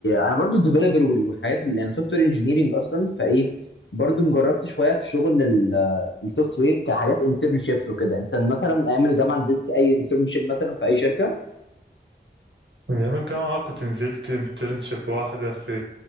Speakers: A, on the left (about 85°); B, on the right (about 80°).
A: انا برضو ديفلوبر والحاجات اللي انا سوفت وير انجينيرنج اصلا فايه برضو مجربت شويه في شغل السوفت وير كحاجات انترنشيبس وكده انت مثلا ايام الجامعه نزلت اي انترنشيب مثلا في اي شركه
B: من أيام الجامعة آه، كنت نزلت انترنشيب واحدة في